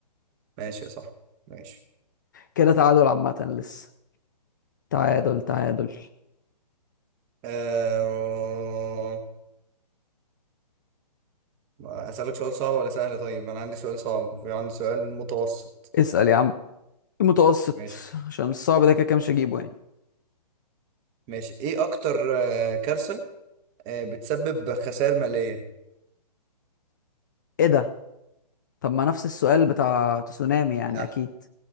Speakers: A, on the right; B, on the left.
A: ماشي يا صاحبي ماشي
B: كده تعادل عامه لسه تعادل تعادل
A: آه... أسألك سؤال صعب ولا سهل طيب أنا عندي سؤال صعب وفي عندي سؤال متوسط
B: اسال يا عم المتوسط
A: ماشي
B: عشان الصعب ده كده كده مش هجيبه يعني
A: ماشي إيه أكتر آه، كارثة آه، بتسبب خسائر مالية؟
B: ايه ده طب ما نفس السؤال بتاع تسونامي يعني
A: لا
B: اكيد